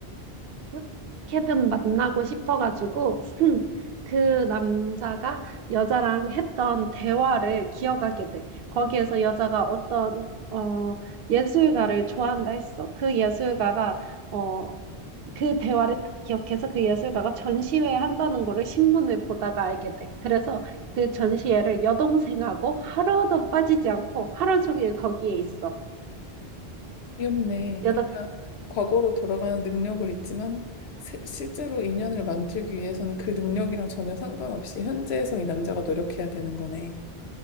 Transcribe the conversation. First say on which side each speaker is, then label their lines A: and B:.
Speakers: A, on the right; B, on the left.
A: 어떻게든 만나고 싶어가지고 <clears throat> 그 남자가 여자랑 했던 대화를 기억하게 돼. 거기에서 여자가 어떤 어 예술가를 좋아한다 했어. 그 예술가가 어 그 대화를 딱 기억해서 그 예술가가 전시회 한다는 거를 신문을 보다가 알게 돼. 그래서 그 전시회를 여동생하고 하루도 빠지지 않고 하루 종일 거기에 있어.
B: 귀엽네.
A: 여자
B: 그러니까 과거로 돌아가는 능력을 있지만 세- 실제로 인연을 만들기 위해서는 그 능력이랑 전혀 상관없이 현재에서 이 남자가 노력해야 되는 거네.